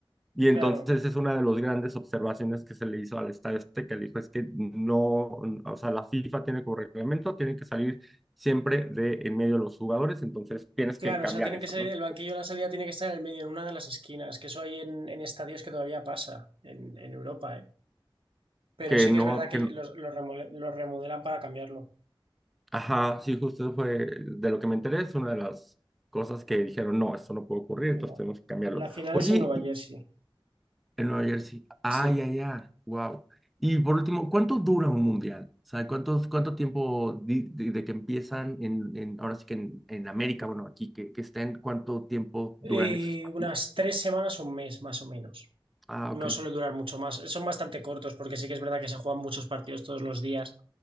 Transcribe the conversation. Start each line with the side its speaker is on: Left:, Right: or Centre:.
Centre: y
Right: claro,
Centre: entonces es una de las grandes observaciones que se le hizo al Estadio Azteca. Le dijo, es que no, o sea, la FIFA tiene como reglamento, tiene que salir siempre de en medio de los jugadores, entonces tienes
Right: claro,
Centre: que cambiar
Right: o sea, tienen
Centre: eso,
Right: que salir,
Centre: ¿no?
Right: el banquillo
Centre: Pues,
Right: de la salida tiene que estar en el medio, en una de las esquinas, que eso hay en, en estadios que todavía pasa en, en Europa, ¿eh? Pero
Centre: Que
Right: sí
Centre: no,
Right: que es verdad que
Centre: que, no-
Right: los, los remole- los remodelan para cambiarlo.
Centre: ajá, sí, justo eso fue de lo que me enteré, es una de las cosas que dijeron, no, esto no puede ocurrir,
Right: Mira,
Centre: entonces tenemos que cambiarlo.
Right: la final
Centre: Oye,
Right: es en Nueva
Centre: y,
Right: Jersey,
Centre: En Nueva Jersey. ay
Right: sí.
Centre: ay ay Wow. Y por último, ¿cuánto dura un mundial? O sea, ¿cuántos, cuánto tiempo di- de, de que empiezan en, en- ahora sí que en, en América, bueno, aquí que, que estén, cuánto tiempo duran
Right: Eh,
Centre: esos partidos?
Right: unas tres semanas o un mes, más o menos.
Centre: Ah,
Right: No
Centre: ok.
Right: suele durar mucho más. Son bastante cortos porque sí que es verdad que se juegan muchos partidos todos los días.